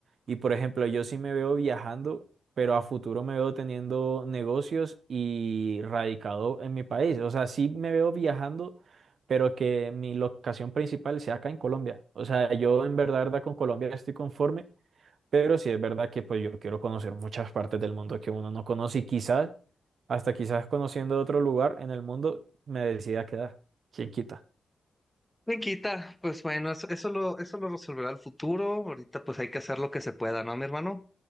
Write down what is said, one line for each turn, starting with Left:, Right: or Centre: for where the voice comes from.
Right: y, por ejemplo, yo sí me veo viajando, pero a futuro me veo teniendo negocios y radicado en mi país. O sea, sí me veo viajando, pero que mi locación principal sea acá en Colombia. O sea, yo en verdad, verdad, con Colombia estoy conforme, pero sí es verdad que pues yo quiero conocer muchas partes del mundo que uno no conoce y quizás, hasta quizás conociendo otro lugar en el mundo, me decida quedar. ¿Quién quita?
Centre: Me quita, pues bueno, eso, eso lo, eso lo resolverá el futuro. Ahorita pues hay que hacer lo que se pueda, ¿no, mi hermano?